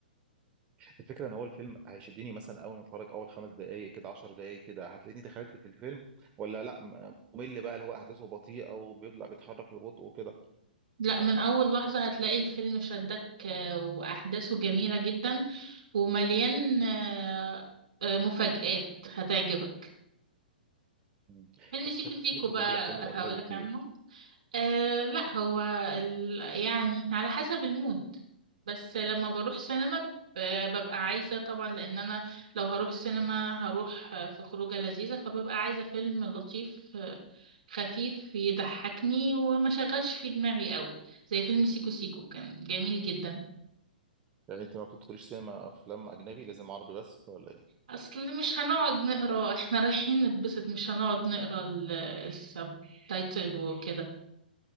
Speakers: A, on the right; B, on the right.
A: الفكره ان هو الفيلم هيشدني مثلا اول ما اتفرج اول خمس دقائق كده عشر دقائق كده هتلاقيني دخلت في الفيلم ولا لا م- ممل بقى اللي هو احداثه بطيئه وبيبدا بيتحرك ببطء وكده
B: لا من أول لحظة هتلاقي الفيلم شدك آه، وأحداثه جميلة جدا ومليان آه، آه، مفاجآت هتعجبك
A: مم.
B: فيلم
A: بس
B: سيكو
A: شكلك
B: سيكو بقى
A: بتحب الافلام الاجنبي
B: هقولك
A: كتير
B: عنه أه لا هو ال... يعني على حسب المود بس لما بروح سينما ب- ببقى عايزة طبعا لأن أنا لو هروح سينما هروح آه، في خروجة لذيذة فببقى عايزة فيلم لطيف آه، خفيف يضحكني وما شغلش فيه دماغي قوي زي فيلم سيكو سيكو كان جميل جدا
A: يعني انت ما بتدخليش سينما افلام اجنبي لازم عربي بس ولا إيه؟
B: أصل مش هنقعد نقرا <laughs> احنا رايحين نتبسط مش هنقعد نقرا ال- السب تايتل وكده